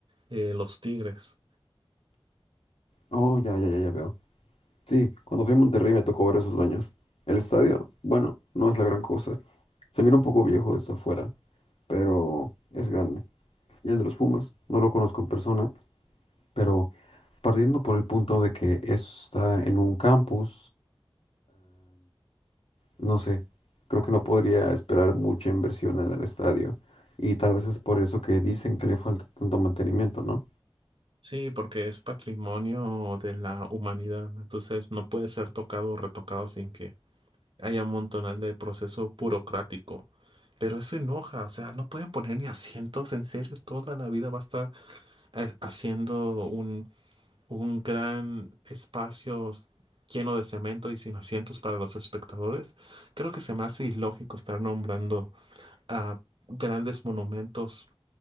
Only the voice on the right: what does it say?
eh, los Tigres.
Sí, porque es patrimonio de la humanidad. Entonces no puede ser tocado o retocado sin que haya un montonal de proceso burocrático. Pero eso enoja, o sea, no pueden poner ni asientos, en serio, toda la vida va a estar eh, haciendo un, un gran espacio lleno de cemento y sin asientos para los espectadores. Creo que se me hace ilógico estar nombrando a grandes monumentos